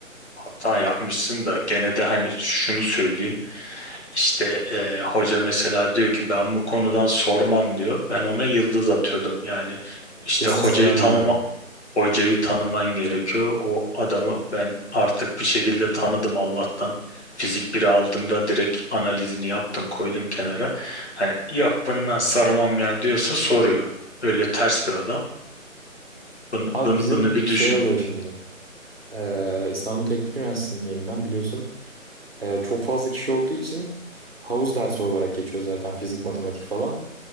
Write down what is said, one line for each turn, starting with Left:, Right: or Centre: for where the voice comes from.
Left: hata yapmışsın da gene de hani şunu söyleyeyim. İşte e, hoca mesela diyor ki ben bu konudan sormam diyor. Ben ona yıldız atıyordum. Yani işte
Right: Kesin
Left: hocayı
Right: sorar
Left: tanıma
Right: gibi mi?
Left: hocayı tanıman gerekiyor. O adamı ben artık bir şekilde tanıdım Allah'tan. Fizik biri aldığımda direkt analizini yaptım, koydum kenara. Hani yok bundan sarmam ya diyorsa soruyor. Öyle ters bir adam. Bunu,
Right: Abi
Left: bunu,
Right: bizim
Left: bunu bir
Right: şey
Left: düşün.
Right: oluyor şimdi. Ee, İstanbul Teknik Üniversitesi'ndeyim ben biliyorsun. Ee, çok fazla kişi olduğu için havuz dersi olarak geçiyor zaten fizik, matematik falan.